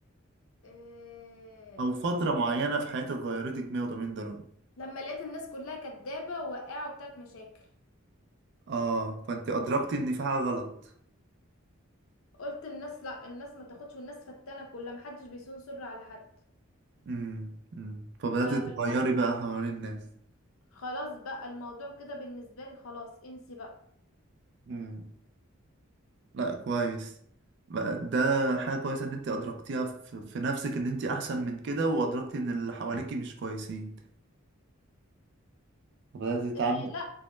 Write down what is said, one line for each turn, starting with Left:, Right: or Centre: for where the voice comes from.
Left: إيه...
Right: أو فترة معينة في حياتك غيرتك 180 درجة
Left: لما لقيت الناس كلها كدابة وقاعة وبتاعت مشاكل
Right: اه فانت أدركتي إن في حاجة غلط
Left: قلت الناس لا الناس ما تاخدش والناس فتانة كلها محدش بيصون سر على حد
Right: امم أمم. فبدأت
Left: ف-
Right: تتغيري
Left: فالف...
Right: بقى حوالين الناس
Left: خلاص بقى الموضوع كده بالنسبة لي خلاص انسي بقى
Right: مم. لا كويس بقى ده حاجة كويسة ان انت ادركتيها في, في نفسك ان انت احسن من كده وادركتي ان اللي حواليكي مش كويسين فبدأتي تتعاملي
Left: آه لا